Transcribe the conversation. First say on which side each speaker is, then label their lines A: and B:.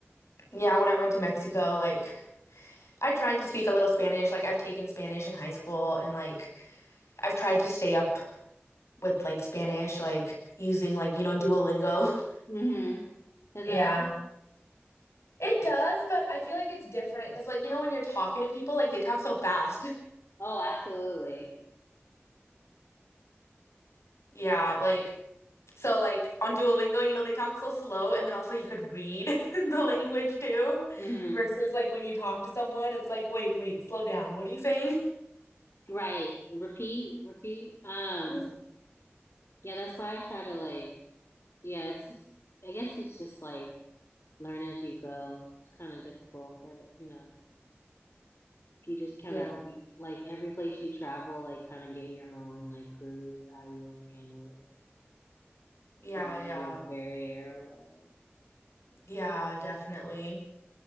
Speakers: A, on the left; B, on the left.
A: yeah, when I went to Mexico, like I tried to speak a little Spanish. Like I've taken Spanish in high school and like I've tried to stay up with like Spanish, like using like, you know, Duolingo. <laughs>
B: Mm-hmm. Does
A: Yeah.
B: it help?
A: It does, but I feel like it's different because like, you know, when you're talking to people, like they talk so fast. <laughs>
B: Oh, absolutely.
A: Yeah, like so like on Duolingo, you know, they talk so slow and then also you could read <laughs> the language too.
B: Mm-hmm.
A: Versus like when you talk to someone, it's like, wait, wait, slow down. What are you saying?
B: Right. Repeat, repeat. Um,
A: <laughs>
B: yeah, that's why I try to like, yeah, it's just, I guess it's just like learn as you go. It's kind of difficult, but you know, if you just kind
A: Yeah.
B: of get, like every place you travel, like kind of get your own like groove, how you want to handle it,
A: Yeah,
B: like, the
A: yeah.
B: language barrier or whatever.
A: Yeah, definitely.